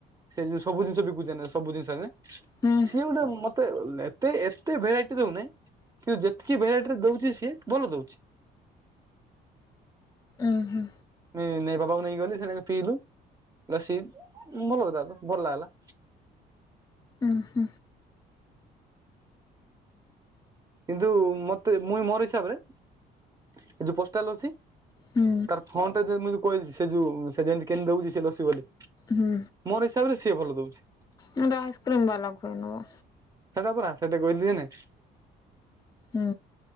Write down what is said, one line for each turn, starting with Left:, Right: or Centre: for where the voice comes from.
Right: ସେ ଯୁ ସବୁ ଜିନିଷ ବିକୁଛେ ନେ ସବୁ ଜିନିଷ ନେ
Left: ହୁଁ
Right: ସିଏ ଗୁଟେ ମ ତେ ଏତେ ଏତେ ଭେରାଇଟି ଦଉନାହିଁ କିନ୍ତୁ ଯେତକି ଭେରାଇଟିରେ ଦଉଛି ସିଏ ଭଲ ଦଉଛି।
Left: ଉଁ। ହୁଁ
Right: ନି ନେ ବାପାକୁ ନେଇ ଗଲି ସେନା ପିଇଲୁ। ରସି ଭଲ କଥା ତ ଭଲ ଲାଗ୍ ଲା।
Left: ଉଁ ହୁଁ।
Right: କିନ୍ତୁ ମତେ ମୁଇଁ ମୋର ହିସାବରେ ଏ ଯୋଉ ପୋଷ୍ଟାଲ ଅଛି
Left: ହୁଁ
Right: ତାର ଫନ ଟା ଯେ ମୁଁଇ ଯୋଉ କହି ସେ ଯ‌ଉ ସେ ଯେନ୍ତି କେନ୍ ଦଉଛି ସେ ଲସିବାଲି।
Left: ହୁଁ।
Right: ହିସାବରେ ସିଏ ଭଲ ଦଉଛି।
Left: ମୁଣ୍ଡ ଆଇସ୍କ୍ରିମ ବାଲା ଖୋଇନବ
Right: ସେଟା ପରା ସେଟା କ‌ଇଲି ଏ ନାଇ
Left: ହୁଁ।